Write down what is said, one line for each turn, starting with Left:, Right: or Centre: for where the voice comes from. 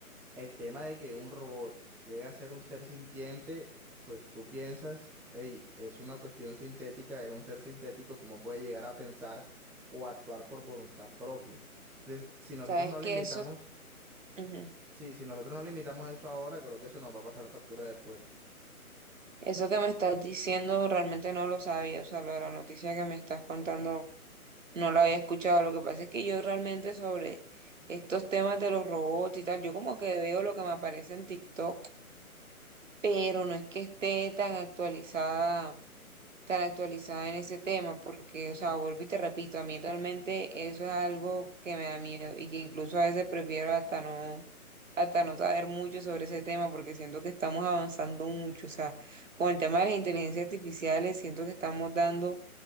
Centre: el tema de que un robot llega a ser un ser sintiente, pues tú piensas, hey, es una cuestión sintética, es un ser sintético, ¿cómo puede llegar a pensar o actuar por voluntad propia? Entonces, si nosotros
Right: ¿Sabes
Centre: no limitamos,
Right: que Eso, ujú,
Centre: sí, si nosotros no limitamos eso ahora, creo que eso nos va a pasar factura después.
Right: Eso que me estás diciendo realmente no lo sabía, o sea, lo de la noticia que me estás contando no la había escuchado. Lo que pasa es que yo realmente sobre estos temas de los robots y tal, yo como que veo lo que me aparece en TikTok, pero no es que esté tan actualizada tan actualizada en ese tema, porque, o sea, vuelvo y te repito, a mí realmente eso es algo que me da miedo y que incluso a veces prefiero hasta no, hasta no saber mucho sobre ese tema, porque siento que estamos avanzando mucho, o sea, con el tema de las inteligencias artificiales, siento que estamos dando